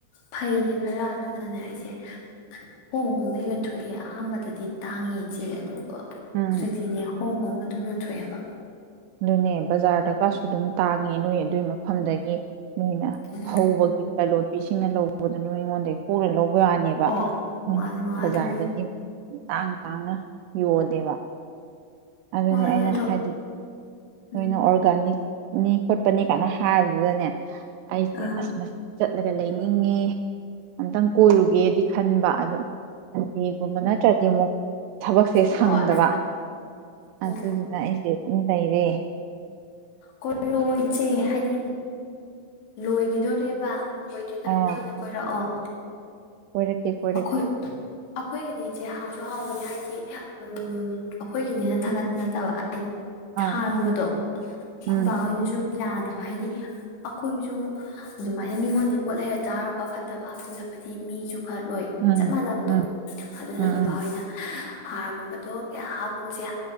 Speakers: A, on the left (about 75°); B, on the right (about 85°).
A: ꯐꯩꯌꯦ ꯈꯔ ꯑꯗꯨꯅꯅꯦ ꯑꯩꯁꯦ ꯍꯣꯡ ꯍꯣꯡꯅ ꯌꯣꯟꯊꯣꯛꯑꯦ ꯑꯍꯥꯟꯕꯗꯗꯤ ꯇꯥꯡꯉꯦ ꯏꯆꯦ ꯑꯗꯣ
B: ꯎꯝ
A: ꯍꯧꯖꯤꯛꯇꯤꯅꯦ ꯍꯣꯡ ꯍꯣꯡꯅ ꯑꯗꯨꯝ ꯌꯣꯟꯊꯣꯛꯑꯦꯕ
B: ꯑꯗꯨꯅꯦ ꯕꯖꯥꯔꯗ ꯀꯁꯨ ꯑꯗꯨꯝ ꯇꯥꯡꯉꯦ ꯅꯣꯏ ꯑꯗꯨꯏ ꯃꯐꯝꯗꯒꯤ ꯃꯤꯅ
A: ꯎꯝ
B: ꯍꯧꯕꯒꯤ ꯂꯥꯂꯣꯟ ꯅꯨꯄꯤꯁꯤꯡꯅ ꯂꯧꯕꯗꯨꯅ ꯅꯣꯏꯉꯣꯟꯗꯩ <unintelligible> ꯂꯧꯕ ꯋꯥꯅꯦꯕ
A: ꯑꯣ
B: ꯃꯣꯏꯅ
A: ꯃꯥꯅꯦ ꯃꯥ
B: ꯕꯖꯥꯔꯗꯒꯤ
A: ꯑꯗꯨꯅꯦ
B: ꯇꯥꯡ ꯇꯥꯡꯅ ꯌꯣꯜꯂꯦꯕ ꯑꯗꯨꯅꯤ
A: ꯃꯥꯅꯦ
B: ꯑꯩꯅ
A: ꯑꯗꯣ
B: ꯍꯥꯏꯗꯤ
A: ꯎꯝ
B: ꯅꯣꯏꯅ ꯑꯣꯔꯒꯥꯅꯤꯛ ꯅꯤ ꯈꯣꯠꯄꯅꯤ ꯀꯥꯏꯅ ꯍꯥꯏꯕꯗꯨꯗꯅꯦ ꯑꯩꯥꯁꯦ
A: ꯑ
B: ꯑꯁ <unintelligible> ꯆꯠꯂꯒ ꯂꯩꯅꯤꯡꯉꯦ ꯑꯝꯇꯪ ꯀꯣꯏꯔꯨꯒꯦꯗꯤ ꯈꯟꯕ ꯑꯗ ꯁꯟꯗꯦꯒꯨꯝꯕꯅ ꯆꯗꯤꯃꯨ ꯊꯕꯛꯁꯦ ꯁꯪꯗꯕ
A: ꯍꯣꯏ ꯑꯣ
B: ꯑꯗꯨ ꯑꯩꯁꯦ ꯂꯩꯩꯔꯦ
A: ꯀꯣꯏꯔꯣ ꯏꯆꯦ ꯍꯥꯏꯗꯤ ꯂꯣꯏ ꯒꯤꯗꯣꯔꯦꯕ ꯑꯣꯏꯗ꯭ꯔꯤꯀꯥꯟꯇ
B: ꯑꯥ
A: ꯑꯣꯏꯅ ꯀꯣꯏꯔꯛꯑꯣ
B: ꯀꯣꯏꯔꯛꯀꯦ ꯀꯣꯏꯔꯛꯀꯦ
A: ꯑꯩꯈꯣꯏ ꯑꯩꯈꯣꯏꯒꯤꯗꯤ ꯏꯆꯦ ꯍ ꯁꯨ ꯍꯥꯎꯕꯅꯤ ꯍꯥꯏꯗꯤ ꯎ ꯑꯩꯈꯣꯏꯒꯤꯅꯦꯅ ꯊꯥꯒꯠꯄ ꯅꯠꯇꯕ
B: ꯑꯥ
A: ꯊꯥꯅꯕꯗꯣ
B: ꯎꯝ
A: ꯈꯨꯟꯄꯍꯣꯌꯅꯤꯁꯨ ꯌꯥꯗꯕ ꯍꯥꯏꯗꯤ ꯑꯩꯈꯣꯏꯁꯨ ꯑꯗꯨꯃꯥꯏꯅ ꯃꯤꯉꯣꯟꯗ ꯄꯣꯠ ꯂꯩꯔ ꯇꯥꯔꯒ ꯐꯠꯇꯕ ꯍꯥꯞꯆꯤꯟꯕ ꯃꯤꯁꯨ ꯐꯠꯂꯣꯏ
B: ꯎꯝ
A: ꯆꯞ ꯃꯥꯟꯅꯕꯗꯣ
B: ꯎꯝ
A: ꯑꯗꯨꯅ
B: ꯎꯝ ꯎꯝ
A: ꯕꯕꯥꯍꯣꯏꯅ ꯍꯥꯔꯒꯨꯝꯕꯗꯣ ꯀ ꯍꯥꯞꯀꯨꯝꯕꯁꯦ